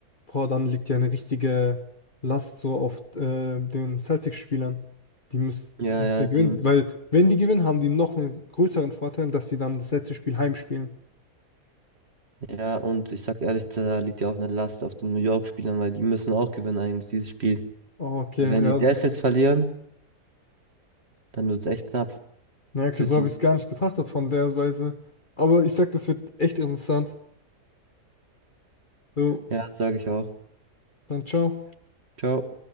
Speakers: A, on the left (about 35°); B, on the right (about 40°).
A: Boah, dann liegt ja eine richtige Last so auf äh, den Celtics-Spielern. Die müssen,
B: ja,
A: die müssen
B: ja,
A: ja gewinnen,
B: die,
A: weil wenn die gewinnen, haben die noch einen größeren Vorteil, dass sie dann das letzte Spiel heimspielen.
B: ja, und ich sag ehrlich, da liegt ja auch eine Last auf den New York-Spielern, weil die müssen auch gewinnen eigentlich, dieses Spiel.
A: Oh, okay,
B: Weil Wenn
A: ja.
B: die das
A: s-
B: jetzt verlieren, dann wird's echt knapp
A: Na, okay,
B: für
A: so
B: die.
A: habe ich es gar nicht betrachtet von der Weise. Aber ich sag, das wird echt interessant. So,
B: Ja, sage ich auch.
A: dann ciao.
B: Ciao.